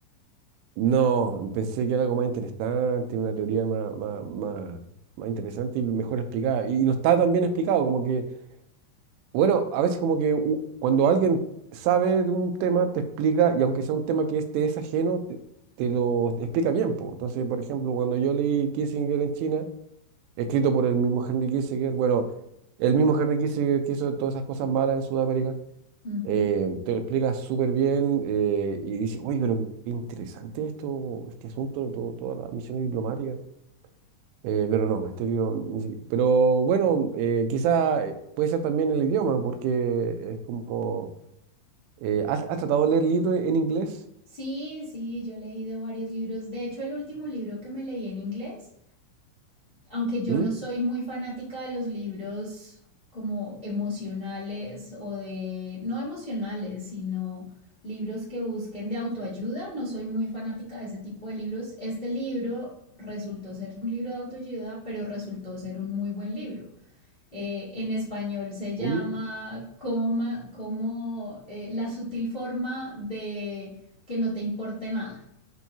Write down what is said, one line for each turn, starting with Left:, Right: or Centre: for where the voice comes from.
Right: no, pensé que era algo más interesante, una teoría más, más, más, más interesante y mejor explicada. Y no está tan bien explicado, como que... Bueno, a veces como que u- cuando alguien sabe de un tema, te explica, y aunque sea un tema que es, te es ajeno, te, te lo te explica bien, po. Entonces, por ejemplo, cuando yo leí Kissinger en China, escrito por el mismo Henry Kissinger, bueno, el mismo Henry Kissinger que hizo todas esas cosas malas en Sudamérica,
Left: Ujú.
Right: eh, te lo explica súper bien eh, y dice, uy pero qué interesante esto, este asunto, todo- toda la misión diplomática. Eh, pero no, este libro. ni si- Pero bueno, eh, quizá eh, puede ser también el idioma, porque es como. eh, ¿has, has tratado de leer libros en inglés?
Left: Sí, sí, yo he leído varios libros. De hecho, el último libro que me leí en inglés aunque yo
Right: ¿Mm?
Left: no soy muy fanática de los libros como emocionales o de, no emocionales, sino libros que busquen de autoayuda, no soy muy fanática de ese tipo de libros. Este libro resultó ser un libro de autoayuda, pero resultó ser un muy buen libro. Eh, en español se llama
Right: Mm,
Left: como, ma- como, eh, la sutil forma de que no te importe nada.